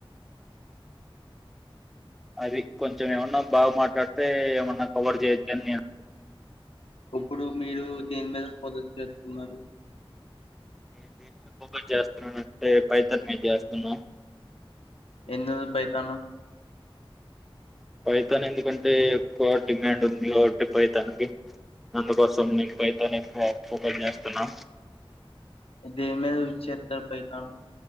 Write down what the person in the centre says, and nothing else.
అది కొంచెం ఏమన్నా బాగా మాట్లాడితే ఏమన్నా కవర్ చేయొచ్చు అని నేన్
నేను దేని మీద ఫోకస్ చేస్తున్నాను అంటే పైతాన్మి చేస్తున్నా
పైతాన్ ఎందుకంటే ఎక్కువ డిమాండ్ ఉందిగాబట్టి పైతాన్ కి అందుకోసం మీక్ పైతన్ ఎక్కువ ఫోకస్ చేస్తున్నా